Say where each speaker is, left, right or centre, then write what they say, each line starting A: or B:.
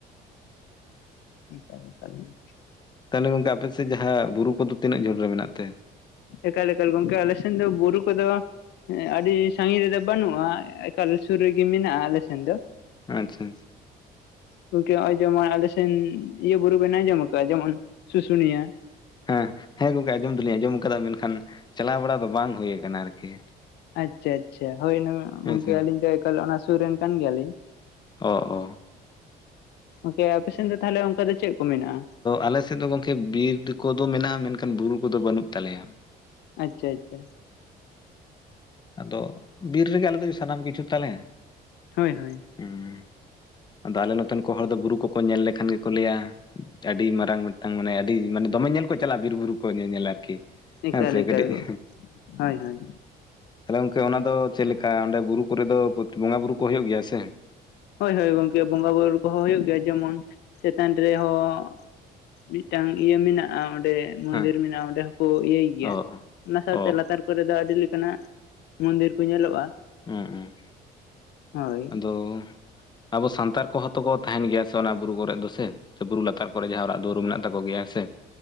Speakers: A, on the left; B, on the left.
A: ᱪᱮᱫ ᱦᱚᱸ ᱵᱟᱝ ᱟᱸᱡᱚᱢᱚᱜ ᱠᱟᱱᱟ
B: ᱛᱟᱦᱚᱞᱮ ᱜᱚᱝᱠᱮ ᱟᱯᱮ ᱥᱮᱫ ᱡᱟᱦᱟᱸ ᱵᱩᱨᱩ ᱠᱚᱫᱚ ᱛᱤᱱᱟᱹᱜ ᱡᱷᱟ. ᱞ ᱨᱮ ᱢᱮᱱᱟᱜ ᱛᱮ
A: ᱮᱠᱟᱞ-ᱮᱠᱟᱞ ᱜᱚᱝᱠᱮ ᱟᱞᱮ ᱥᱮᱱ ᱫᱚ ᱵᱩᱨᱩ ᱠᱚᱫᱚ ᱟᱹᱰᱤ ᱥᱟᱺᱜᱤᱧ ᱨᱮ ᱫᱚ ᱵᱟᱹᱱᱩᱜᱼᱟ᱾ ᱮᱠᱟᱞ ᱥᱩᱨ ᱨᱮᱜᱮ ᱢᱮᱱᱟᱜᱼᱟ ᱟᱞᱮ ᱥᱮᱱ ᱫᱚ
B: ᱟᱪᱷᱟ
A: ᱜᱚᱝᱠᱮ ᱱᱚᱜ-ᱚᱭ ᱡᱮᱢᱚᱱ ᱟᱞᱮ ᱥᱮᱱ ᱤᱭᱟᱹ ᱵᱩᱨᱩ ᱵᱮᱱ ᱟᱸᱡᱚᱢ ᱟᱠᱟᱜᱼᱟ, ᱡᱮᱢᱚᱱ ᱥᱩᱥᱩᱱᱤᱭᱟᱹ
B: ᱦᱮᱸᱻ ᱦᱮᱸ ᱜᱚᱝᱠᱮ ᱟᱸᱡᱚᱢ ᱫᱚ ᱞᱤᱧ ᱟᱸᱡᱚᱢ ᱟᱠᱟᱫᱟ ᱢᱮᱱᱠᱷᱟᱱ ᱪᱟᱞᱟᱣ ᱵᱟᱲᱟ ᱫᱚ ᱵᱟᱝ ᱦᱩᱭᱩ ᱟᱨ ᱠᱤ
A: ᱟᱪᱷᱟ-ᱟᱪᱷᱟ ᱦᱚᱭ
B: ᱦᱮᱸᱥᱮ
A: ᱜᱚᱝᱠᱮ ᱟᱹᱞᱤᱧ ᱫᱚ ᱮᱠᱟᱞ ᱚᱱᱟ ᱥᱩᱨ ᱨᱮᱱ ᱠᱟᱱ ᱜᱮᱭ-ᱟ ᱞᱤᱧ
B: ᱚ-ᱚ
A: ᱜᱚᱝᱠᱮ ᱟᱯᱮ ᱥᱮᱱ ᱫᱚ ᱛᱟᱦᱞᱮ ᱚᱝᱠᱟ ᱫᱚ ᱪᱮᱫ ᱠᱚ ᱢᱮᱱᱟᱜᱼᱟ?
B: ᱟᱞᱮᱥᱮᱫ ᱫᱚ ᱜᱚᱝᱠᱮ ᱵᱤᱨ ᱠᱚᱫᱚ ᱢᱮᱱᱟᱜᱼᱟ ᱢᱮᱱᱠᱷᱟᱱ ᱵᱩᱨᱩ ᱠᱚᱫᱚ ᱵᱟᱹᱱᱩᱜ ᱛᱟᱞᱮᱭᱟ᱾
A: ᱟᱪᱷᱟ-ᱟᱪᱷᱟ
B: ᱟᱫᱚ ᱵᱤᱨ ᱨᱮᱜᱮ ᱟᱞᱮ ᱫᱚ ᱥᱟᱱᱟᱢ ᱠᱤᱪᱷᱩ ᱛᱟᱞᱮ
A: ᱦᱚᱭ-ᱦᱚᱭ
B: ᱦᱩᱸ ᱟᱫᱚ ᱟᱞᱮ ᱱᱚᱛᱮᱱ ᱠᱚ ᱦᱚᱲ ᱫᱚ ᱵᱩᱨᱩ ᱠᱚᱠᱚ ᱧᱮᱞ ᱞᱮᱠᱷᱟᱱ ᱜᱮᱠᱚ ᱞᱟᱹᱭᱟ ᱟᱹᱰᱤ ᱢᱟᱨᱟᱝ ᱢᱤᱫ ᱴᱟᱝ ᱢᱟᱱᱮ ᱟᱹᱰᱤ ᱢᱟᱱᱮ ᱫᱚᱢᱮ ᱧᱮᱞ ᱠᱚ ᱪᱟᱞᱟᱜᱼᱟ ᱵᱤᱨ ᱵᱩᱨᱩ ᱠᱚ ᱧᱮᱧᱮᱞ ᱟᱨ ᱠᱤ ᱦᱮᱸ
A: ᱮᱠᱟᱞ
B: ᱥᱮ
A: ᱮᱠᱟᱞ
B: ᱠᱟᱹᱴᱤᱡ
A: ᱦᱳᱭ ᱦᱳᱭ
B: ᱛᱟᱞᱦᱮ ᱜᱚᱝᱠᱮ ᱚᱱᱟ ᱫᱚ ᱪᱮᱫ ᱞᱮᱠᱟ ᱚᱸᱰᱮ ᱵᱩᱨᱩ ᱠᱚᱨᱮ ᱫᱚ ᱵᱚᱸᱜᱟ ᱵᱩᱨᱩ ᱠᱚ ᱦᱳᱭᱳᱜ ᱜᱮᱭ-ᱟ ᱥᱮ
A: ᱦᱳᱭ ᱦᱳᱭ ᱜᱚᱝᱠᱮ ᱵᱚᱸᱜᱟ ᱵᱩᱨᱩ ᱠᱚ ᱦᱚᱸ ᱦᱳᱭᱳᱜ ᱜᱮᱭᱼᱟ ᱡᱮ ᱢᱚᱱ ᱪᱮᱛᱟᱱ ᱨᱮ ᱦᱚᱸ ᱢᱤᱫ ᱴᱟᱝ ᱤᱭᱟᱹ ᱢᱮᱱᱟᱜᱼᱟ ᱚᱸᱰᱮ <unintelligible> ᱢᱚᱸᱱᱫᱤᱨ
B: ᱦᱮᱸ
A: ᱢᱮᱱᱟᱜᱼᱟ ᱚᱸᱰᱮ ᱦᱚᱸᱠᱚ ᱤᱭᱟᱹᱭ ᱜᱮᱭ-ᱟ
B: ᱚ
A: ᱚᱱᱟ ᱥᱟᱶ
B: ᱚ
A: ᱛᱮ ᱞᱟᱛᱟᱨ ᱠᱚ ᱨᱮ ᱫᱚ ᱟᱹᱰᱤ ᱞᱮᱠᱟᱱᱼᱟᱜ ᱢᱚᱸᱱᱫᱤᱨ ᱠᱚ ᱧᱮᱞᱚᱜᱼᱟ
B: <unintelligible>
A: ᱦᱳᱭ
B: ᱟᱫᱚ ᱟᱵᱚ ᱥᱟᱱᱛᱟᱲ ᱠᱚ ᱦᱚᱸ ᱛᱚ ᱠᱚ ᱛᱟᱦᱮᱱ ᱜᱮᱭ-ᱟ ᱥᱮ ᱚᱱᱟ ᱵᱩᱨᱩ ᱠᱚ ᱨᱮᱫ ᱫᱚ ᱥᱮ ᱵᱩᱨᱩ ᱞᱟᱛᱟᱨ ᱠᱚᱨᱮ ᱡᱟᱸᱦᱟ ᱚᱲᱟᱜ ᱫᱩᱣᱟᱹᱨ ᱢᱮᱱᱟᱜ ᱛᱟᱠᱚ ᱜᱮᱭ-ᱟ ᱥᱮ